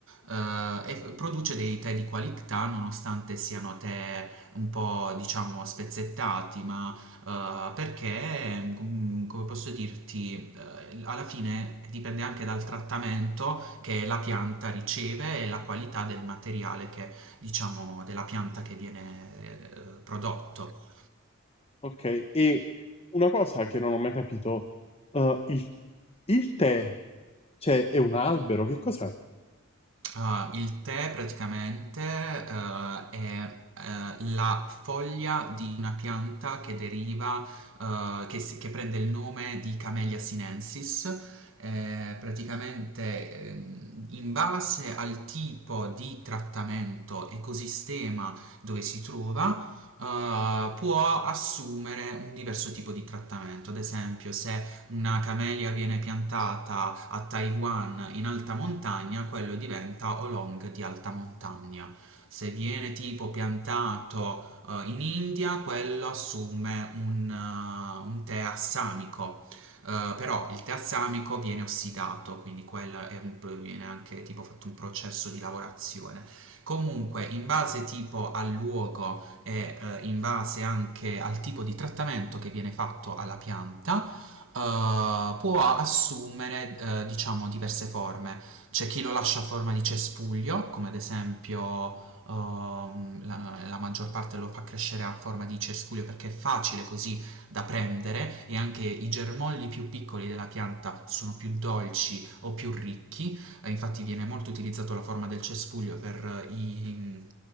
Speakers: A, on the right; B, on the left.
A: eh, e f- produce dei tè di qualità nonostante siano tè un po' diciamo spezzettati, ma eh, perché, mm, come posso dirti, eh, alla fine dipende anche dal trattamento che la pianta riceve e la qualità del materiale che, diciamo, della pianta che viene eh, prodotto.
B: Ok, e una cosa che non ho mai capito, eh, il, il tè, cioè, è un albero, che cos'è?
A: Ah, il tè praticamente eh, è eh, la foglia di una pianta che deriva, eh, che, si- che prende il nome di Camellia sinensis. Eh, praticamente ehm, in base al tipo di trattamento, ecosistema dove si trova, eh, può assumere un diverso tipo di trattamento. Ad esempio, se una camellia viene piantata a Taiwan in alta montagna, quello diventa oolong di alta montagna. Se viene tipo piantato eh, in India, quello assume un, eh, un tè assamico. Eh, però il tè assamico viene ossidato, quindi quello è un- viene anche tipo fatto un processo di lavorazione. Comunque, in base tipo al luogo e eh, in base anche al tipo di trattamento che viene fatto alla pianta, eh, può assumere eh, diciamo diverse forme. C'è chi lo lascia a forma di cespuglio, come ad esempio ehm, la, la maggior parte lo fa crescere a forma di cespuglio perché è facile così da prendere e anche i germogli più piccoli della pianta sono più dolci o più ricchi. Eh, infatti viene molto utilizzato la forma del cespuglio per eh, i,